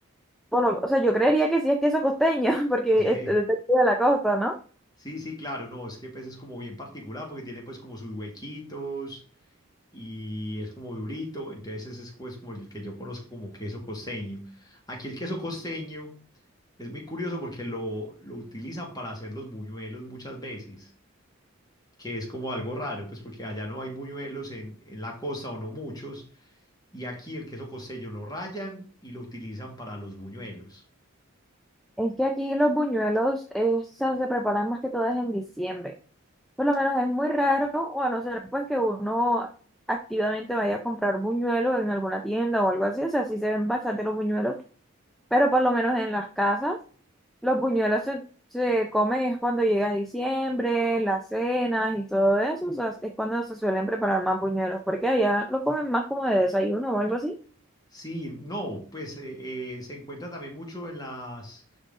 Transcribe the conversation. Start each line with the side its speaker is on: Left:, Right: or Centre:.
Centre: por lo- o sea, yo creería que sí es queso costeño, <laughs> porque
Left: eh,
Centre: es es de aquí de la costa, ¿no?
Left: sí, sí, claro, no, es que pues es como bien particular porque tiene pues como sus huequitos. y es como durito, entonces ese es pues, como el que yo conozco como queso costeño. Aquí el queso costeño es muy curioso porque lo, lo utilizan para hacer los buñuelos muchas veces, que es como algo raro, pues porque allá no hay buñuelos en, en la costa o no muchos, y aquí el queso costeño lo rayan y lo utilizan para los buñuelos.
Centre: Es que aquí los buñuelos eh, se, se preparan más que todo es en diciembre. Por lo menos es muy raro, o a no ser pues que uno activamente vaya a comprar buñuelos en alguna tienda o algo así. O sea, sí se ven bastante los buñuelos, pero por lo menos en las casas. Los buñuelos se, se comen es cuando llega diciembre, las cenas y todo eso, o sea, es cuando se suelen preparar más buñuelos, porque allá lo comen más como de desayuno o algo así.
Left: Sí, no, pues eh, eh, se encuentra también mucho en las